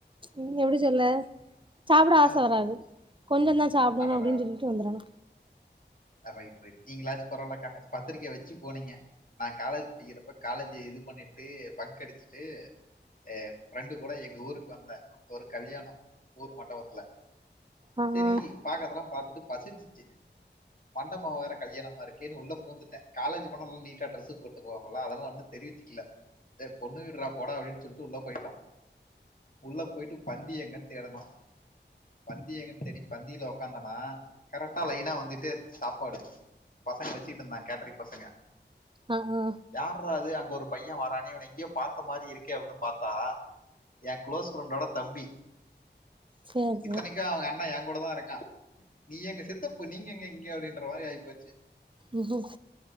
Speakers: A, on the right; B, on the left.
A: நீங்க எப்படி சொல்லு சாப்பிட ஆச
B: ஆ
A: வராது கொஞ்சோ தா சாப்படணு
B: அடடா!
A: அப்டின்னு சொல்லிக்கிட்டு வந்துறனு
B: ரைட் ரைட் நீங்களாச்சு பரவாயில்லக்கா பத்திரிக்க வச்சி போனீங்க நா காலேஜ் படிக்கிறப்ப காலேஜ் இது பண்ணிட்டு பங்கடிச்சுட்டு எ ஃப்ரெண்டு கூட எங்க ஊருக்கு வந்தே ஒரு கல்யாண ஊர் மண்டவத்துல
A: ஆ
B: செரி
A: ஆ
B: பாக்கறதெல்லா பாத்து ட்டு பசிச்சிச்சி மண்டப வேற கல்யாணமா இருக்கேன்னு உள்ள பூந்துட்டே காலேஜ் போனா நல்லா நீட்டா ட்ரெஸ்ஸு போட்டுட்டு போவாங்களா அதனால ஒன்னு தெரிவிச்சிக்கல டே பொண்ணு வீடுறா போடா அப்டின்னு சொல்ட்டு உள்ள போயிட்டோ உள்ள போயிட்டு பந்தி எங்கன்னு தேடுனோ பந்தி எங்கன்னு தேடி பந்தியில உக்காந்துன்னா கரெக்ட்டா லைன்னா வந் ந்தட்டேர் சாப்பாடு பசங்க வச்சுட்டு இருந்தாங்க கேட்டரிங் பசங்க
A: ஆ ஆ
B: யார்ரா அது அங்க ஒரு பைய வரானே எங்கயோ பாத்த மாரி இருக்கே அப்டின்னு பாத்தா ஏ க்ளோஸ் ஃரெண்டோட தம்பி
A: சேரி
B: இத்தனைக்கு
A: சேரி
B: அவங்க அண்ணா ஏ கூட தா இருக்கா நீ எங்க சித்தப்பு நீங்க <unintelligible> இங்க அப்டின்ற மாரி ஆயிப்போச்சு
A: ம்ஹும்